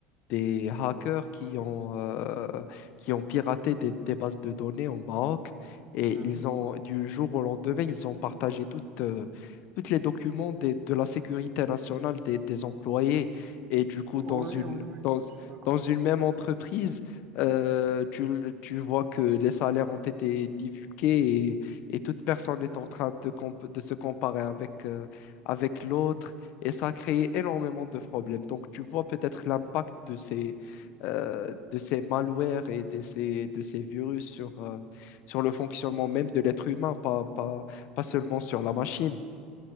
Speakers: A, on the left (about 60°); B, on the right (about 45°).
A: des hackers qui ont, euh, qui ont piraté des, des bases de données au Maroc et
B: mhm.
A: ils ont, du jour au lendemain, ils ont partagé toutes, euh, toutes les documents des- de la sécurité nationale des, des employés. Et du coup,
B: Oui,
A: dans une,
B: oui, oui,
A: dans,
B: je suis d'accord.
A: dans une même entreprise, euh, tu, le- tu vois que les salaires ont été divulgués et, et toute personne est en train de, comp- de se comparer avec, euh, avec l'autre et ça a créé énormément de problèmes. Donc, tu vois peut-être l'impact de ces, euh, de ces malwares et de ces, de ces virus sur, euh, sur le fonctionnement même de l'être humain, pas, pas, pas seulement sur la machine.